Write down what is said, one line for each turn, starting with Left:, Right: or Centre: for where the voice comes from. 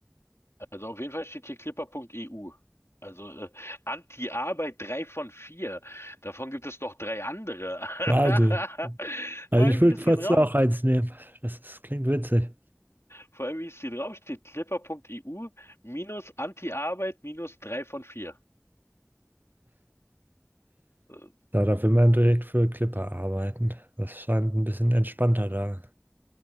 Left: Also auf jeden Fall steht hier clipper.eu. Also äh, Anti-Arbeit 3 von 4. Davon gibt es noch drei andere. <laughs>
Right: Wahnsinn. Also
Left: Vor allem,
Right: ich würde
Left: wie das
Right: fast
Left: hier drauf,
Right: auch eins nehmen. Das ist, klingt witzig.
Left: vor allem, wie es hier drauf steht, clipper.eu minus Anti-Arbeit minus 3 von 4. Äh,
Right: Ja, da will man direkt für Clipper arbeiten. Das scheint ein bisschen entspannter da